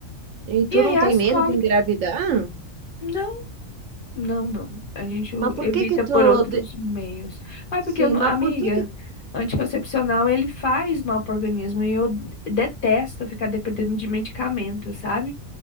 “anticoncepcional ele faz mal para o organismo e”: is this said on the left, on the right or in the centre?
Left